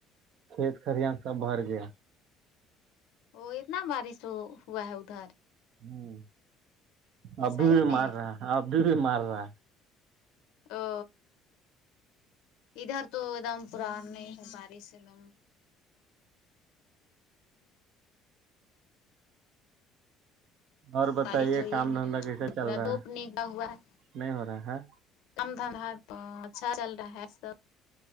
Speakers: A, on the right; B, on the left.
A: کھیت کڑیاں سب بھر گیا
B: وہ اتنا بارش ہوا ہے ادھر
A: ہوں ابھی
B: صحیح
A: بھی
B: میں
A: مار رہا ابھی بھی مارا
B: او ادھر تو ایک دم پان نہیں ہے بارس ایک دم
A: اور بتائیے
B: بارش ہو
A: کام
B: ہی نہیں
A: دھندا
B: رہا
A: کیسا
B: ہے
A: چل
B: پورا
A: رہا
B: دھوپ
A: ہے
B: نگا ہوا ہے
A: نہیں ہو رہا ہے
B: کم دھندات تو اچھا چل رہا ہے سب